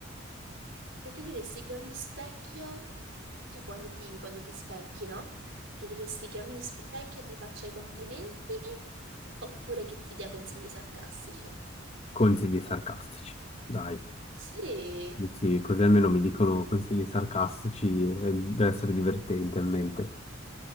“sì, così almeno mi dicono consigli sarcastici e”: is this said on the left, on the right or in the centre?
Left